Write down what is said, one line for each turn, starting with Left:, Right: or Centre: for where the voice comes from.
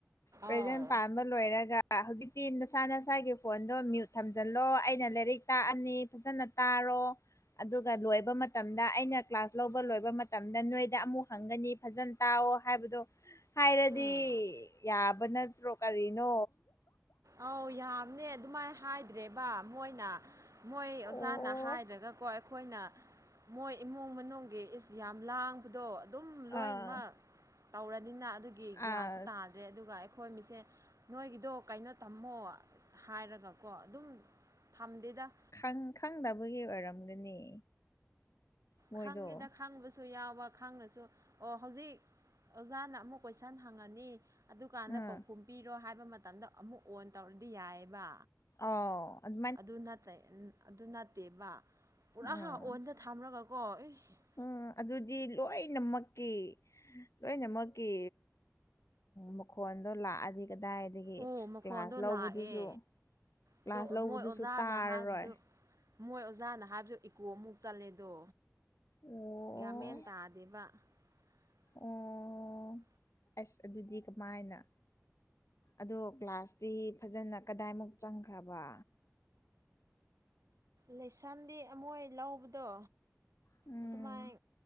Left: ꯄ꯭ꯔꯖꯦꯟ
Right: ꯑꯥꯎ
Left: ꯄꯥꯟ ꯂꯣꯏꯔꯒ ꯍꯧꯖꯤꯛꯇꯤ ꯅꯁꯥ ꯅꯁꯥꯒꯤ ꯐꯣꯟꯗꯣ ꯃ꯭ꯌꯨꯠ ꯊꯝꯖꯤꯜꯂꯣ ꯑꯩꯅ ꯂꯥꯏꯔꯤꯛ ꯇꯥꯛꯑꯅꯤ ꯐꯖꯅ ꯇꯥꯔꯣ ꯑꯗꯨꯒ ꯂꯣꯏꯕ ꯃꯇꯝꯗ ꯑꯩꯅ ꯀ꯭ꯂꯥꯁ ꯂꯧꯕ ꯂꯣꯏꯕ ꯃꯇꯝꯗ ꯅꯣꯏꯗ ꯑꯃꯨꯛ ꯍꯪꯒꯅꯤ ꯐꯖꯅ ꯇꯥꯛꯑꯣ ꯍꯥꯏꯕꯗꯣ ꯍꯥꯏꯔꯗꯤ
Right: ꯎꯝ
Left: ꯌꯥꯕ ꯅꯠꯇ꯭ꯔꯣ ꯀꯔꯤꯅꯣ
Right: ꯑꯧ ꯌꯥꯕꯅꯦ ꯑꯗꯨꯃꯥꯏꯅ ꯍꯥꯏꯗ꯭ꯔꯦꯕ ꯃꯣꯏꯅ ꯃꯣꯏ
Left: ꯑꯣ
Right: ꯑꯣꯖꯥꯅ ꯍꯥꯏꯔꯒ ꯈꯣꯢꯅ ꯑꯩꯈꯣꯏꯅ ꯃꯣꯏ ꯏꯃꯨꯡ ꯃꯅꯨꯡꯒꯤ ꯏꯁ ꯌꯥꯝ ꯂꯥꯡꯕꯗꯣ ꯑꯗꯨꯝ ꯂꯣꯏꯅꯃꯛ
Left: ꯑꯥ
Right: ꯇꯧꯔꯅꯤꯅ ꯑꯗꯨꯒꯤ ꯒ꯭ꯌꯥꯟꯁꯨ
Left: ꯑꯁ
Right: ꯇꯥꯗ꯭ꯔꯦ ꯑꯗꯨꯒ ꯑꯩꯈꯣꯏ ꯃꯤꯁꯦꯟ ꯅꯣꯏꯒꯤꯗꯣ ꯀꯩꯅꯣ ꯊꯝꯃꯣ ꯍꯥꯏꯔꯒꯀꯣ ꯑꯗꯨꯝ ꯊꯝꯗꯦꯗ
Left: ꯈꯪꯗꯕꯒꯤ ꯑꯣꯏꯔꯝꯒꯅꯤ ꯃꯣꯏꯗꯣ
Right: ꯈꯪꯉꯦꯗ ꯈꯪꯕꯁꯨ ꯁꯨ ꯌꯥꯎꯕ ꯈꯪꯔꯥꯁꯨ ꯑꯣ ꯍꯧꯖꯤꯛ ꯑꯣꯖꯥꯅ ꯑꯃꯨꯛ ꯀꯣꯏꯁꯟ ꯍꯪꯉꯅꯤ ꯑꯗꯨꯀꯥꯟꯗ
Left: ꯎꯝ
Right: ꯄꯥꯎꯈꯨꯝ ꯄꯤꯔꯣ ꯍꯥꯏꯕ ꯃꯇꯝꯗ ꯑꯃꯨꯛ ꯑꯣꯟ ꯇꯧꯔꯗꯤ ꯌꯥꯏꯑꯦꯕ
Left: ꯑꯣ ꯑꯗꯨ
Right: ꯑꯗꯨ ꯑꯗꯨ ꯅꯠꯇꯦꯕ ꯄꯨꯔꯥ
Left: ꯑꯥ
Right: ꯑꯣꯟꯗ ꯊꯝꯂꯒꯀꯣ ꯏꯁꯁ
Left: ꯎꯝ ꯑꯗꯨꯗꯤ ꯂꯣꯏꯅꯃꯛꯀꯤ ꯂꯣꯏꯅꯃꯛꯀꯤ ꯃꯈꯣꯟꯗꯣ ꯂꯥꯛꯑꯗꯤ ꯀꯗꯥꯏ ꯑꯗꯒꯤ
Right: ꯎ ꯃꯈꯣꯟꯗꯣ
Left: ꯀ꯭ꯂꯥꯁ ꯂꯧꯕꯗꯨꯁꯨ
Right: ꯂꯥꯛꯑꯦ
Left: ꯀ꯭ꯂꯥꯁ
Right: ꯑꯗꯣ
Left: ꯂꯧꯕꯗꯨꯁꯨ
Right: ꯃꯣꯏ ꯑꯣꯖꯥꯅ
Left: ꯇꯥꯔꯔꯣꯏ
Right: ꯍꯥꯏꯕꯗꯨ ꯃꯣꯏ ꯑꯣꯖꯥꯅ ꯍꯥꯏꯕꯁꯨ ꯏꯀꯣꯃꯨꯛ ꯆꯠꯂꯦꯗꯣ
Left: ꯑꯣ
Right: ꯒ꯭ꯌꯥꯃꯦꯟ ꯇꯥꯗꯦꯕ <unintelligible>
Left: ꯑꯣ ꯑꯁ ꯑꯗꯨꯗꯤ ꯀꯃꯥꯏꯅ ꯑꯗꯣ ꯀ꯭ꯂꯥꯁꯇꯤ ꯐꯖꯅ ꯀꯗꯥꯏꯃꯨꯛ ꯆꯪꯈ꯭ꯔꯕ
Right: ꯂꯩꯁꯝꯗꯤ ꯑꯃꯣꯏ ꯂꯧꯕꯗꯣ
Left: ꯎꯝ
Right: ꯑꯗꯨꯃꯥꯏ